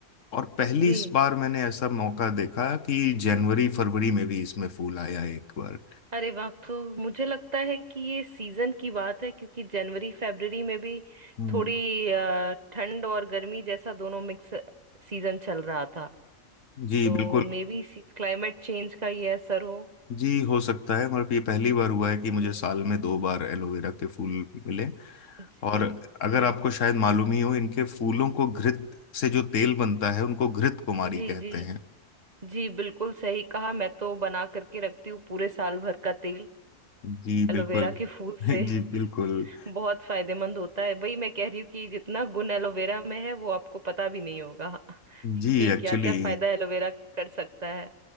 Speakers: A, on the left; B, on the right.
A: और पहली
B: जी
A: इस बार मैंने ऐसा मौका देखा कि जनवरी फरवरी में भी इसमें फूल आया एक बार
B: अरे वाह तो मुझे लगता है कि ये सीजन की बात है क्योंकि जनवरी फरवरी में भी
A: हम्म
B: थोड़ी अ, ठंड और गर्मी जैसा दोनों मिक्स सीजन चल रहा था
A: जी
B: तो
A: बिल्कुल
B: मे बी क्लाइमेट चेंज का ये असर हो
A: जी हो सकता है मगर ये पहली बार हुआ है कि मुझे
B: जी
A: साल में दो बार एलोवेरा के फूल मिले
B: जी
A: और अगर
B: जी
A: आपको शायद मालूम ही हो इनके फूलों को घृत से जो तेल बनता है उनको घृत कुमारी
B: जी
A: कहते
B: जी
A: हैं
B: जी बिल्कुल सही कहा मैं तो बना करके रखती हूँ पूरे साल भर का तेल
A: जी बिल्कुल
B: एलोवेरा के फूल
A: <laughs>
B: से
A: जी बिल्कुल
B: बहुत फायदेमंद होता है वही मैं कह रही हूँ कि जितना गुण एलोवेरा में है वो आपको पता भी नहीं होगा <laughs>
A: जी
B: कि
A: एक्चुअली
B: क्या क्या फायदा एलोवेरा कर सकता है